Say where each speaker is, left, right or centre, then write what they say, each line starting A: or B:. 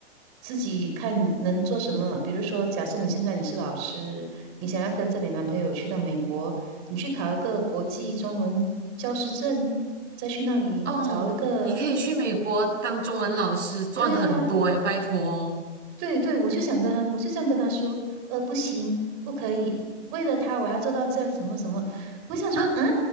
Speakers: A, on the right (about 30°); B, on the right (about 85°).
A: 自己看能做什么？比如说，假设你现在你是老师，你想要跟着你男朋友去到美国，你去考一个国际中文教师证，再去那里找一个，
B: 哦。你可以去美国当中文老师，赚很多哎，
A: 对啊。
B: 拜托哦。
A: 对对，我就想跟他，我就这样跟他说，呃，不行，不可以，为了他我还要做到这样什么什么。我想说，
B: 啊，
A: 啊，